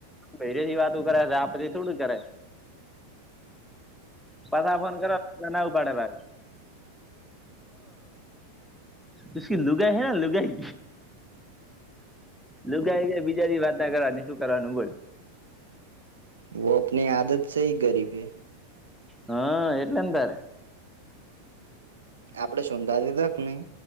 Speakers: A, in the centre; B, on the right.
A: પેરે થી વાતું કરે છે આપ પધથી થોડું કરે બાધા ફોન કર ના નાું પાડે ભ ઓહકી લુગઈ હૈ લુગઈ લુગાય ગ બીજાજી વાત ના કરવાની શું કવાનું બોલ
B: વો આપની આદત સ હ ગરીબ હૈ.
A: હા એટલે તારે.
B: આપડે શોંધા દીધા કે નહી.